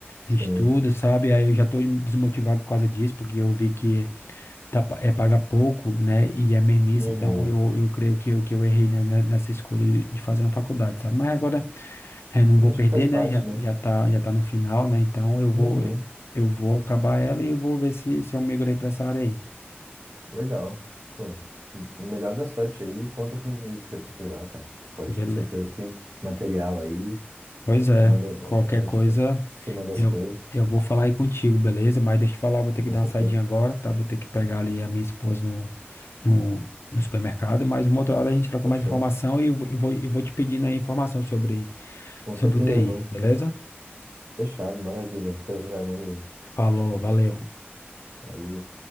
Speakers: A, on the left; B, on the right.
A: estuda,
B: sim.
A: sabe? Aí eu já tô desmotivado por causa disso, porque eu vi que tá, pa- é paga pouco, né? E é mermice,
B: Uhum.
A: então eu, eu creio que eu, que eu errei, né, né, nessa escolha de de fazer uma faculdade, sabe? Mas agora é, não
B: Eu
A: vou
B: acho
A: perder,
B: que faz parte,
A: né? Já,
B: né?
A: já tá, já tá no final, né? Então eu
B: Uhum.
A: vou, eu vou acabar ela e eu vou ver se, se eu migrei pra essa área aí.
B: Legal. Pô, melhor da sorte aí. Conta comigo que você precisar, cara. Pode
A: Beleza.
B: ter certeza que material aí,
A: Pois é,
B: manda, eh,
A: qualquer
B: a gente
A: coisa
B: se manda as
A: eu,
B: coisas.
A: eu vou falar aí contigo, beleza? Mas deixa eu te falar, vou ter que
B: Com
A: dar uma
B: certeza.
A: saidinha agora, tá? Vou ter que pegar ali a minha esposa no, no, no supermercado, mas uma outra hora a gente troca
B: Fechou.
A: mais informação e, eu vou- e vou, eu vou te pedindo aí informação sobre,
B: Com
A: sobre
B: certeza,
A: o TI,
B: vamos.
A: beleza?
B: Fechado, maravilha. Até já, meu amigo.
A: Falou, valeu.
B: Valeu.